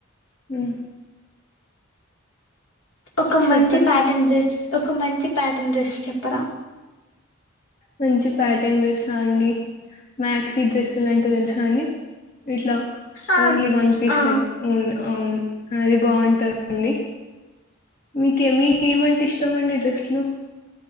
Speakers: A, on the left; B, on the left.
A: హ
B: ఒక
A: చెప్పండి
B: మంచి ప్యాటర్న్ డ్రెస్ ఒక మంచి ప్యాటర్న్ డ్రెస్ చెప్పరా
A: మంచి ప్యాటర్న్ డ్రెస్స అండి మ్యాక్సీ డ్రెస్సులు అంటే తెలుసా అండి ఇట్లా
B: ఆ
A: ఓన్లీ వన్ పీస్
B: ఆ
A: సెట్ ఓన్లీన్ అది బాగుంటందండి మీకే మీక ఏమంటే ఇష్టమండి డ్రెస్లు